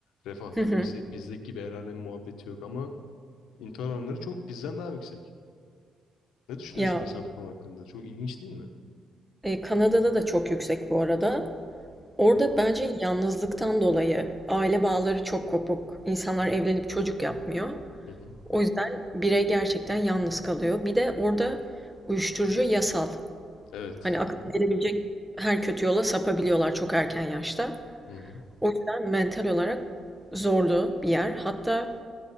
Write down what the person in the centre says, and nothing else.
Hı hı.
Ya
e, Kanada'da da çok yüksek bu arada. Orada
bence yalnızlıktan dolayı aile bağları çok kopuk. İnsanlar evlenip çocuk yapmıyor.
O yüzden birey gerçekten yalnız kalıyor. Bir de orada uyuşturucu yasal.
Hani aklına
gelebilecek her kötü yola sapabiliyorlar çok erken yaşta.
O yüzden mental olarak zorlu bir yer. Hatta